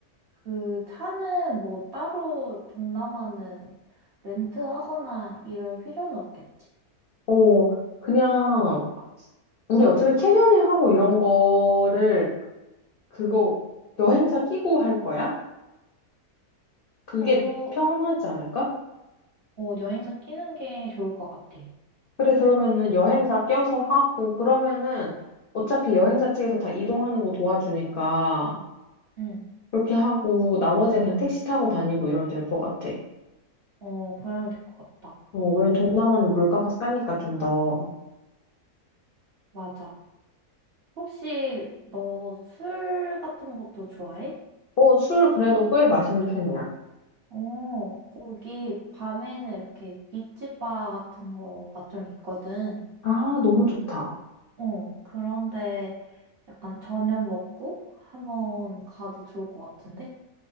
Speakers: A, on the right; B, on the left.
A: 그 차는 뭐 따로 동남아는 렌트하거나 이럴 필요는 없겠지?
B: 어, 그냥, 우리 어차피 캐녀닝하고 이런 거를, 그거, 여행사 끼고 할 거야? 그게
A: 어, 어,
B: 편하지 않을까?
A: 여행사 끼는 게 좋을 것 같아.
B: 그래, 그러면은 여행사 껴서 하고, 그러면은 어차피 여행사 측에서 다 이동하는 거 도와주니까,
A: 응,
B: 그렇게 하고, 나머지는 그냥 택시 타고 다니고 이러면 될 것 같아.
A: 어, 그러면 될 것 같다.
B: 어, 왜냐면 동남아는 물가가 싸니까 좀 더.
A: 맞아. 혹시 너 술 같은 것도 좋아해?
B: 어, 술 그래도 꽤 마시는 편이야.
A: 어, 거기 밤에는 이렇게 비치바 같은 거가 좀 있거든.
B: 아, 너무 좋다.
A: 어, 그런데 약간 저녁 먹고 한번 가도 좋을 것 같은데?